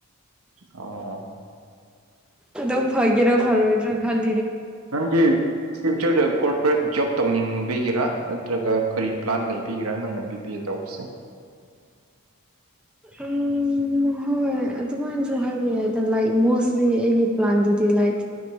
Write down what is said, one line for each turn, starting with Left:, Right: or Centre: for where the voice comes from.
Right: ꯑꯣ
Centre: ꯑꯗꯣ ꯐꯒꯦꯔ ꯐꯔꯣꯏꯔ ꯈꯪꯉꯦ
Right: ꯅꯪꯒꯤ ꯐꯌꯨꯆꯔꯗ ꯀꯣꯔꯄ꯭ꯔꯦꯠ ꯖꯣꯕ ꯇꯧꯅꯤꯡꯕꯤꯒꯤꯔꯥ ꯅꯠꯇ꯭ꯔꯒ ꯀꯔꯤ ꯄ꯭ꯂꯥꯟ ꯂꯩꯕꯤꯒꯦꯔꯥ ꯅꯪꯅ ꯕꯤ ꯕꯤ ꯇꯧꯕꯁꯦ
Centre: ꯎꯝ ꯍꯣꯏ ꯑꯗꯨꯃꯥꯏꯅꯁꯨ ꯍꯥꯏꯕ ꯌꯥꯗ ꯂꯥꯏꯛ ꯃꯣꯁꯂꯤ ꯑꯩꯒꯤ ꯄ꯭ꯂꯥꯟꯗꯨꯗꯤ like